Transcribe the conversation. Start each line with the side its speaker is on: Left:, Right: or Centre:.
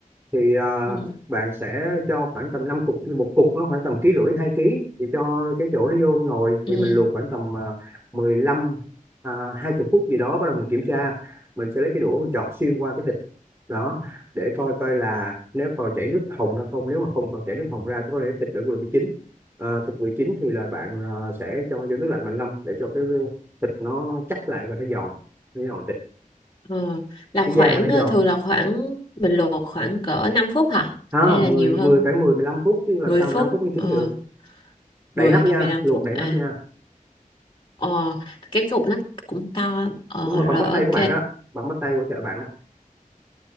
Right: thì à,
Left: ừ.
Right: bạn sẽ cho khoảng tầm 5 cục một cục nó khoảng tầm ký rưỡi hai ký thì cho cái chỗ nó vô nồi
Left: Ừ.
Right: thì mình luộc khoảng tầm à, mười lăm à, 20 phút gì đó bắt đầu mình kiểm tra mình sẽ lấy cái đũa mình chọt xuyên qua cái thịt đó để coi coi là nếu còn chảy nước hồng ra không nếu mà không còn chảy nước hồng ra thì có thể thịt đã vừa bị chín à, thịt vừa chín thì là bạn à, sẽ cho vô nước lạnh bạn ngâm để cho cái thịt nó chắc lại và nó giòn nó giòn thịt
Left: Ờ, là
Right: cái
Left: khoảng
Right: da nó
Left: ờ,
Right: giòn
Left: thường là khoảng mình luộc khoảng cỡ 5 phút hả
Right: ha
Left: hay là
Right: mười
Left: nhiều hơn
Right: mười phải mười mười lăm phút chứ làm
Left: mười
Right: sao
Left: phút
Right: mà năm phút mới chín
Left: ờ
Right: được đậy
Left: 10
Right: nắp
Left: hay
Right: nha
Left: 15
Right: luộc
Left: phút
Right: đậy
Left: à
Right: nắp nha
Left: ờ cái cục nó cũng to ờ
Right: đúng rồi bằng
Left: rồi
Right: bắp
Left: ok
Right: tay của bạn đó bằng bắp tay của chợ bạn đó